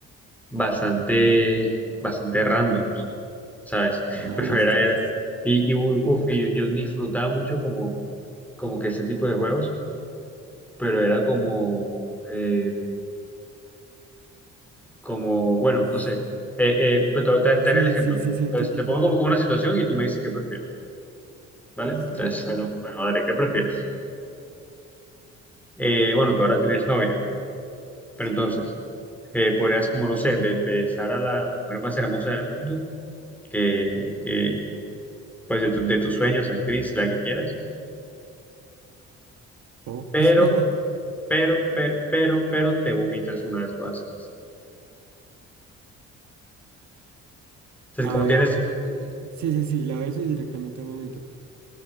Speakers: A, in the centre; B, on the right.
A: bastante, bastante randoms, ¿sabes? <laughs>
B: ah,
A: Pero
B: listo.
A: era, era, y, y, u- uf, y yo disfrutaba mucho como, como que ese tipo de juegos, pero era como, eh, como, bueno,
B: Es-
A: no sé, eh, eh, pues te, te- te
B: Sí,
A: haré el ejemplo.
B: sí, sí, sé
A: Entonces
B: qué tipo
A: te pongo
B: de...
A: como que una situación y tú me dices qué prefieres. ¿Vale?
B: Listo,
A: Entonces,
B: de una,
A: bueno,
B: dale.
A: bueno, Adri, ¿qué prefieres? eh, bueno, tú ahora tienes novia, pero
B: Sí.
A: entonces eh, podrías como, no sé, be- besar a la mujer más hermosa del mundo, que, que, pues de, tu- de tus sueños, actriz, la que quieras,
B: O.
A: pero,
B: <laughs>
A: pero, pe- pero, pero te vomitas una vez lo haces. Entonces,
B: A
A: como
B: ver.
A: tienes,
B: ah, eh, Sí, sí, sí, la beso y directamente vomito.